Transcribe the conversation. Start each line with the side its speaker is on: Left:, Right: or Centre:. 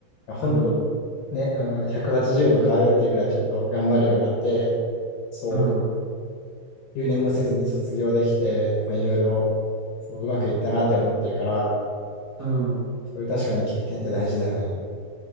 Left: 本当に
Right: うん、
Left: ね、あの180度変わるっていうぐらいちょっと頑張るようになって、そう、
Right: うん、
Left: 留年もせずに卒業できて、まあ、いろいろそううまくいったなって思ってるから、
Right: うん。
Left: そういう確かに経験って大事だよね。